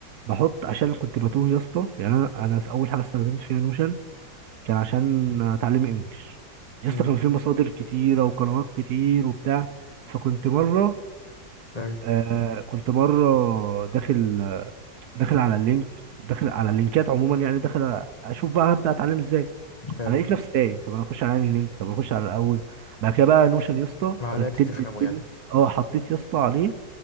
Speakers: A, on the right; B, on the left.
A: بحط عشان كنت بتوه يا اسطى يعني انا انا اول حاجه استخدمت فيها نوشن كان عشان اتعلم انجلش يا اسطى
B: امم
A: كان في مصادر كتيره وقنوات كتير وبتاع فكنت مره
B: ايوه
A: آه كنت مره داخل داخل على اللينك داخل على اللينكات عموما يعني داخل اشوف بقى هبدا اتعلم ازاي
B: ايوه
A: انا لقيت نفسي تايه طب انا اخش على انهي لينك طب اخش على الاول بعد كده بقى نوشن يا اسطى
B: بعدها
A: رتب
B: تفهمه
A: لي الدنيا
B: يعني
A: اه حطيت يا اسطى عليه